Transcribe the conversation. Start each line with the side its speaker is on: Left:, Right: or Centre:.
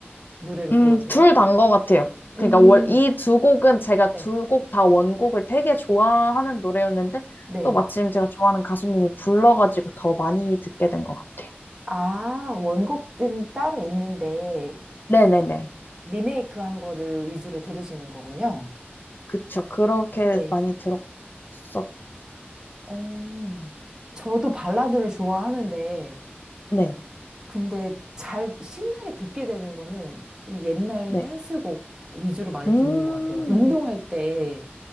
Right: 노래를
Left: 음,
Right: 고르세요?
Left: 둘 다인 것 같아요.
Right: 음,
Left: 그러니까 월, 이 두 곡은 제가
Right: 네.
Left: 두 곡 다 원곡을 되게 좋아하는 노래였는데,
Right: 네.
Left: 또 마침 제가 좋아하는 가수님이 불러가지고 더 많이 듣게 된 것 같아요.
Right: 아, 원곡은 따로 있는데,
Left: 네네네.
Right: 리메이크한 거를 위주로 들으시는 거군요.
Left: 그쵸. 그렇게
Right: 네.
Left: 많이 들었었죠.
Right: 음, 저도 발라드를 좋아하는데,
Left: 네,
Right: 근데 잘 신나게 듣게 되는 거는 좀 옛날
Left: 네.
Right: 댄스곡 위주로 많이
Left: 음,
Right: 듣는 것 같아요. 운동할 때